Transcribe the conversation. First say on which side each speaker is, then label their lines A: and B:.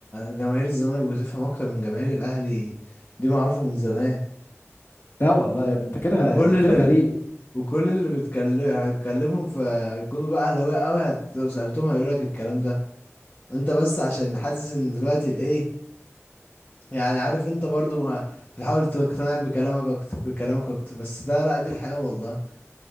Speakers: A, on the left; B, on the left.
A: جماهير الزمالك بتفهم اكتر من جماهير الاهلي دي معروفه من زمان
B: لا والله يا ابني انت كده
A: وكل
B: انت
A: اللي
B: كده غريب
A: وكل اللي بتكلم هتكلمهم فيكونوا بقى اهلاويه قوي هت- لو سالتهم هيقول لك الكلام ده انت بس عشان حاسس ان دلوقتي الايه يعني عارف انت برضو ما بتحاول تقتنع بكلامك اكتر بكلامك اكتر بس ده لا دي الحياه والله